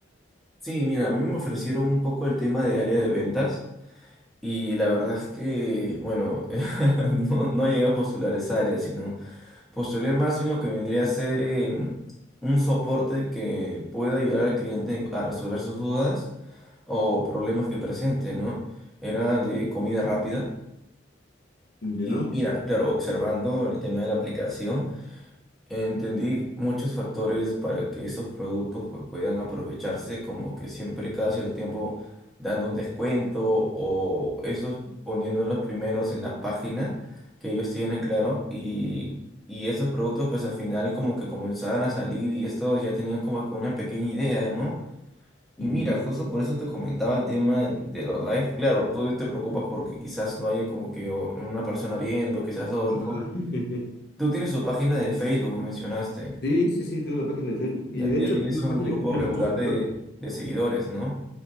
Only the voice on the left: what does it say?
Ya.
Ujú.
Ajá.
<laughs>
Sí, sí, sí, tengo una página de Facebook.
Y de
hecho
es una
página
que tiene
muchos seguidores.